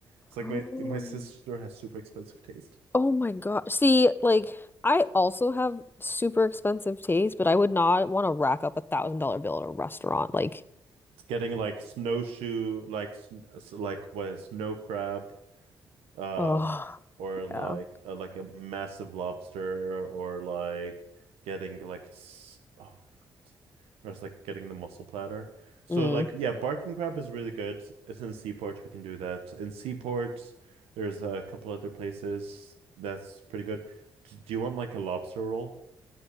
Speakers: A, on the right; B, on the left.
A: it's like
B: Oh
A: my my sister has super expensive taste.
B: Oh my gosh. See, like, I also have super expensive taste, but I would not want to rack up a thousand dollar bill at a restaurant. Like,
A: It's getting like snowshoe, like sn s- like what snow crab um
B: oh,
A: or like
B: yeah.
A: uh, like a massive lobster or like getting like s- oh God. Or it's like getting the mussel platter. So
B: Mm.
A: like yeah, barking crab is really good. It's in Seaport, we can do that. In Seaport, there's a couple other places that's pretty good. D- Do you want like a lobster roll?